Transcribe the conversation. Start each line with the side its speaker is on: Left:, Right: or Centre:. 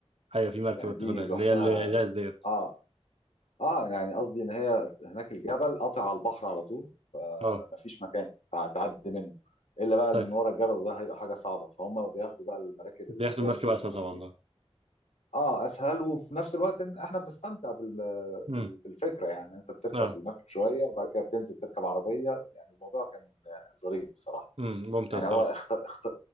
Right: ايوه في مركبه
Left: يعني دي
Right: بتاخدها
Left: لوحدها
Right: اللي هي ال- الاس ديت
Left: اه اه يعني قصدي ان هي هناك الجبل قاطع على البحر على طول فمفيش
Right: اه
Left: مكان هتعدي منه الا بقى اللي
Right: طيب
Left: من ورا الجبل وده هيبقى حاجه صعبه فهم بياخدوا بقى المراكب
Right: بياخدوا
Left: اللي هي
Right: المركبه
Left: الصغنونه
Right: اسهل طبعا
Left: دي
Right: اه
Left: اه اسهل وفي نفس الوقت ان احنا بنستمتع بال-
Right: امم
Left: بال- بالفكره يعني انت بتركب
Right: اه
Left: المركب شويه وبعد كده بتنزل تركب عربيه يعني الموضوع كان ظريف بصراحه
Right: امم ممتاز
Left: يعني
Right: صراحه
Left: هو اخت... اخت...